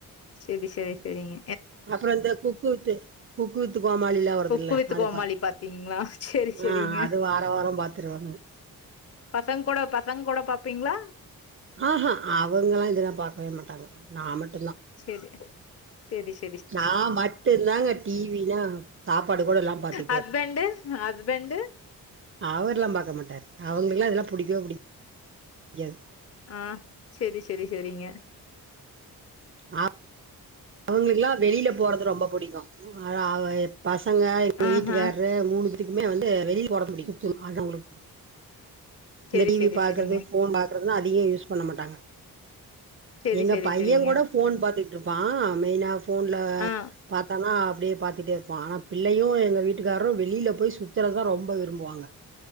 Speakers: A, on the left (about 40°); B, on the right (about 35°).
A: செரி செரி செரிங்க
B: அப்புறம் இந்த குக்கு வித்து குக்கு வித்து கோமாளில வறதுல
A: குக்கு வித்
B: அது
A: கோமாளி
B: பாத்து
A: பாத்தீங்களா? சரி, சரிங்க.
B: ஆஹ் அது வார வாரம் பாத்துருவாங்க
A: பசங்க கூட பசங்க கூட பார்பப்பீங்களா
B: ஆஹஹ அவங்காம் இதெல்லாம் பார்கக்கவே மாட்டாங்க நான் மட்டும்
A: செரி செரி ச
B: நான் மட்டும்தாங்க டிவிலாம் சாப்பாடு கூட இல்லாம பாத்துக்கிட்டே
A: ஹஸ்பண்டு
B: இருப்பேன்
A: ஹஸ்பண்டு
B: அவர் எல்லாம் பார்கக்க மாட்டாரு அவங்களுக்கு இதெல்லாம் புடிக்கவவே புடி எஸ்
A: ஆ சேரி சேரி சேரிங்க
B: ஆ அவங்களுக்கெல்லா வெளியில போறது ரொம்ப புடிக் <unintelligible> பசங்க எங்க
A: ஆஹா
B: வீட்டுக்கார்ரு மூணுப் ட்டுக்குமே வந்து வெளில போட <unintelligible>
A: செரி
B: இந்த டிவி
A: செரி
B: பாக்குறது
A: செரிங்க
B: ஃபோன்‌ பாக்குறது னோ அதிகோ யூஸ் பண்ண மாட்டாங்க
A: செரி
B: எங்க
A: செரி
B: பையங்
A: செரிங்க
B: கூட ஃபோன் பாத்துட்டு இருப்பா மெயினா ஃபோன்ல
A: ஆ
B: பாத்தனா அப்டியே பாத்துட்டே இருப்பா ஆனா பிள்ளையு எங்க வீட்டுக்கார்ரு வெளில போய் சுத்துரதா ரொம்ப விரும்புவாங்க